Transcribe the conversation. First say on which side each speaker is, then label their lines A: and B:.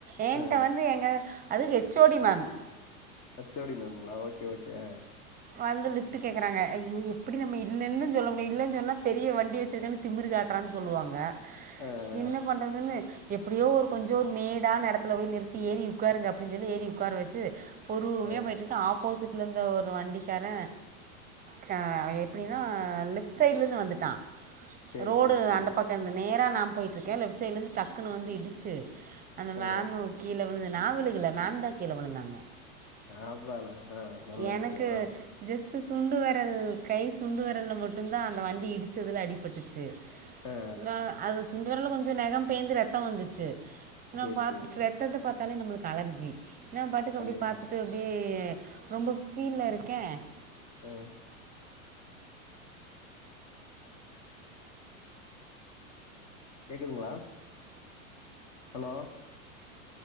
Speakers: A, on the right; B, on the left.
A: ஏன்ட்ட
B: ஆ
A: வந்து எங்க அது H O D ma'am
B: H O D மேமுங்ளா ஓகே ஓகே ஆ
A: வந்து லிஃப்ட்டு கேக்குறாங்க ஐயோ எப்படி நம்ம இல்லன்னு சொல்ல முடியு இல்லன் சொன்னா பெரிய வண்டி வெச்சுருக்கேனு திமிரு காட்றான் சொல்லுவாங்க
B: ஆ
A: என்ன பண்றதுன்னு எப்படியோ ஒரு கொஞ்சோ ஒரு மேடான எடத்துல போய் நிறுத்தி ஏறி உக்காருங்க அப்டின் சொல்லி ஏறி உக்கார வெச்சு பொறுமியா
B: ஆ
A: போயிட்ருக்க ஆப்போசிட்லிந்த ஒரு வண்டி காரே க அவ எப்டின்னா லெஃப்ட் சைட்லிந்து வந்துட்டா
B: சேரி
A: ரோடு
B: சேரி சேரி
A: அந்த பக்கோ இருந்து நேரா நா போயிட்ருக்கே லெஃப்ட் சைட்லெந்து டக்குன்னு வந்து இடிச்சு அந்த
B: ஆ
A: மேமு கீழ விழுந்து நா விழுகள மேம்தா கீழ விழுந்தாங்க
B: அதான ஆ நல்ல
A: எனக்கு
B: விசியோ ஆ
A: ஜஸ்ட்டு சுண்டு வெரல் கை சுண்டு வெரல்ல மட்டுந்தா அந்த வண்டி இடிச்சதுல அடிபட்டுச்சு
B: ஆ
A: இந்தாலு அது சுண்டு வெரல்ல கொஞ்சோ நக பேந்து ரத்தோ வந்துச்சு நா
B: சேரி
A: பாத்துட்
B: சேரிங்க
A: ரெத்தத்த பாத்தாலே நம்மளுக்கு அலர்ஜி நா பாட்டுக்கு அப்டி
B: ஐயய்யோ
A: பாத்துட்டு அப்பே ரொம்ப ஃபீல்ல இருக்கே
B: அ கேக்குதுங்ளா ஹலோ